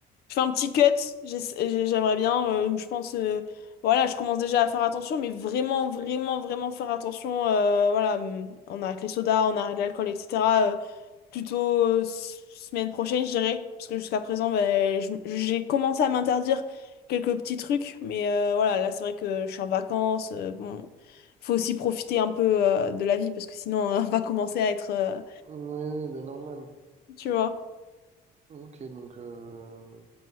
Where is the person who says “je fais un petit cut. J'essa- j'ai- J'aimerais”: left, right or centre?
Left